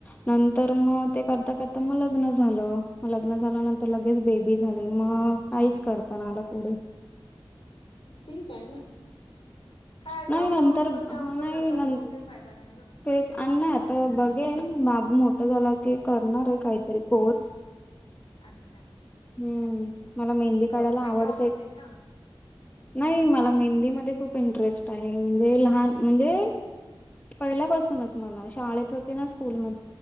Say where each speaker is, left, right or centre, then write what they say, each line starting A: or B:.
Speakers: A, on the left; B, on the left.
A: नंतर मग ते करता करता मग लग्न झालं म लग्न झाल्यानंतर लगेच बेबी झाली मग काहीच करत नाही पुढे
B: ठीक आहे ना काय
A: नाही
B: जॉब
A: नंतर
B: करून काय
A: हा
B: उगं
A: नाही
B: धगधग
A: न
B: करून काही फायदा नाही ना
A: तेच आणि नाही आता बघेन बाबू मोठं झाला की करणार आहे काहीतरी कोर्स <unintelligible>
B: अच्छा <unintelligible>
A: हम्म मला मेहंदी
B: गव्हर्मेंट
A: काढायला आवडतय
B: जॉब असतील
A: <unintelligible>
B: ना
A: <unintelligible> नाही मला मेहंदी मध्ये खूप इंटरेस्ट आहे म्हणजे लहान
B: हो
A: म्हणजे पहिल्यापासूनच मला शाळेत होते ना स्कूल म